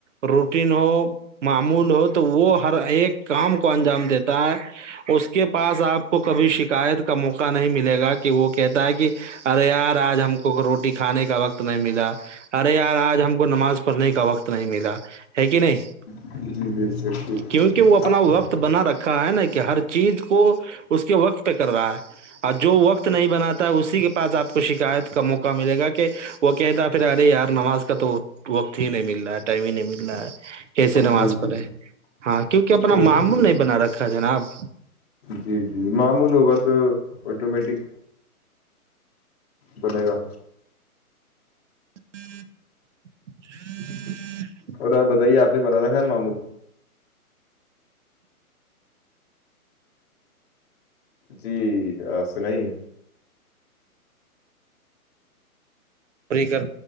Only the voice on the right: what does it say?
روٹین ہو معمول ہو تو وہ ہر ایک کام کو انجام دیتا ہے اس کے پاس آپ کو کبھی شکایت کا موقع نہیں ملے گا کہ وہ کہتا ہے کہ ارے یار آج ہم کو روٹی کھانے کا وقت نہیں ملا <unintelligible> ارے یار آج ہم کو نماز پڑھنے کا وقت نہیں ملا ہے کہ نہیں <unintelligible>
کیونکہ وہ اپنا وقت بنا رکھا ہے نا کہ ہر چیز کو اس کے وقت پہ کر رہا ہے اور جو وقت نہیں بناتا ہے اسی کے پاس آپ کو شکایت کا موقع ملے گا کہ وہ کہتا پھر ارے یار <unintelligible> نماز کا تو وقت ہی نہیں مل رہا ہے ٹائم ہی نہیں مل رہا ہے کیسے نماز
پڑھے
ہاں کیونکہ اپنا
معمول نہیں بنا رکھا جناب <unintelligible>
ہ ہ
پوری کر